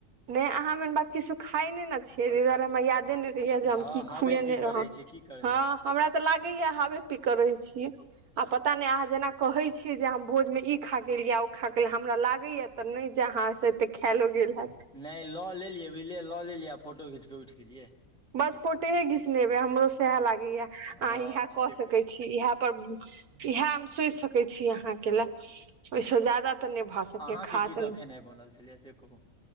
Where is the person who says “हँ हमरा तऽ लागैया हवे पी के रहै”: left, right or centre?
Right